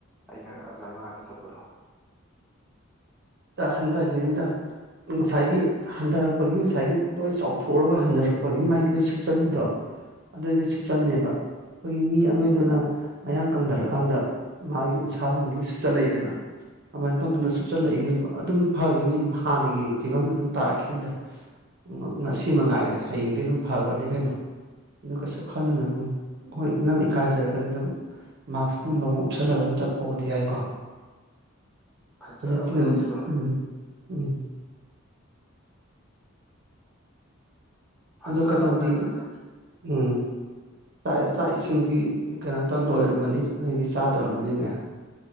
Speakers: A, in the centre; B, on the right.
A: ꯑꯩꯅꯒ ꯑꯣꯖꯥꯏ ꯃꯅꯥꯛꯇ ꯆꯠꯄꯗꯣ
B: <unintelligible> ꯍꯟꯗꯒꯤꯅꯤꯗ ꯉꯁꯥꯏꯒꯤ ꯍꯟꯗꯔꯛꯄꯒꯤ ꯉꯁꯥꯏꯒꯤ ꯂꯣꯏ ꯆꯥꯎꯊꯣꯛꯎꯔꯒ ꯍꯟꯗꯔꯛꯄꯒꯤ ꯃꯥꯏ ꯂꯣꯏ ꯁꯨꯞꯆꯟꯕꯗꯣ ꯑꯗꯨꯗꯤ ꯁꯨꯞꯆꯟꯅꯦꯕ ꯈꯣꯏꯒꯤ ꯃꯤ ꯑꯅꯣꯏꯕꯅ ꯃꯌꯥꯡ ꯀꯪꯗꯔꯀꯥꯟꯗ ꯃꯥꯒꯤ ꯎꯟꯁꯥꯁꯤꯡꯗꯨ ꯂꯣꯏ ꯁꯨꯞꯆꯜꯂꯛꯏꯗꯅ ꯑꯃꯥꯏ ꯇꯧꯗꯅ ꯁꯨꯞꯆꯜꯂꯛꯏꯅꯦ ꯑꯗꯨꯝ ꯐꯒꯤꯅꯤ ꯍꯥꯟꯅꯒꯤ ꯐꯤꯕꯝꯗ ꯑꯗꯨꯝ ꯇꯥꯔꯛꯈꯤꯅꯤꯗ <unintelligible> ꯉꯁꯤ ꯃꯉꯥꯏꯔꯦ ꯍꯌꯦꯡꯗꯤ ꯑꯗꯨꯝ ꯐꯒ꯭ꯔꯅꯤ ꯀꯩꯅꯣ ꯑꯗꯨ ꯀꯩꯁꯨ ꯈꯜꯂꯨꯅꯨ <unintelligible> ꯍꯣꯏ ꯅꯪ ꯏꯀꯥꯏꯖꯔꯒꯗꯤ ꯑꯗꯨꯝ ꯃꯥꯛꯁ ꯀꯨꯝꯕ ꯑꯃ ꯎꯞꯁꯜꯂꯒ ꯑꯗꯨꯝ ꯆꯠꯄꯕꯨꯗꯤ ꯌꯥꯏꯀꯣ
A: ꯐꯖꯕꯅꯗꯤ
B: ꯍꯧꯖꯤꯛꯇꯤ ꯑꯗꯨꯝ
A: ꯂꯣꯏꯔꯦ
B: ꯎꯝ ꯎꯝ
A: ꯐꯖꯕꯅꯗꯤꯅꯦ
B: ꯑꯗꯣ ꯀꯩꯅꯣꯗꯤ ꯎꯝ ꯆꯥꯛ ꯆꯥꯛ ꯏꯁꯤꯡꯗꯤ ꯀꯩꯅꯣ ꯇꯧꯔ ꯂꯣꯏꯔꯝꯃꯅꯤ ꯅꯣꯏꯗꯤ ꯆꯥꯗꯣꯔꯃꯅꯤꯅꯦ